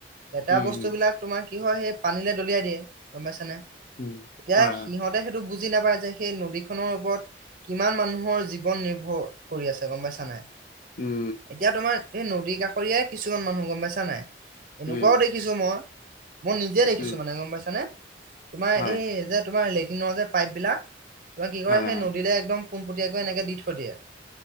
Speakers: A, on the right; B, on the left.
A: লেতেৰা
B: উম,
A: বস্তুবিলাক
B: উম,
A: তোমাৰ কি হয় সেই পানীলৈ দলিয়াই দিয়ে গম পাইছানে?
B: উম,
A: এতিয়া
B: হয়,
A: সিহত
B: হয়,
A: তে সেইটো বুজি নাপায় যে সেই নদীখনৰ ওপৰত কিমান মানুহৰ জীৱন নিৰ্ভৰ কৰি আছে গম পাইছা নাই।
B: উম,
A: এতিয়া তোমাৰ এই নদী কাষৰীয়াই কিছুমান মানুহ গম পাইছা নাই। এনেকুৱাও
B: উম,
A: দেখিছো মই, মই নিজে দেখিছো
B: উম,
A: মানে গম পাইছানে তোমাৰ
B: হয়,
A: এই যে তোমাৰ লেট্ৰিনৰ যে পাইপ বিলাক তোমাৰ কি
B: হয়,
A: কৰে সেই
B: হয়।
A: নদীলে একদম পোনপটীয়াকৈ এনেকে দি থৈ দিয়ে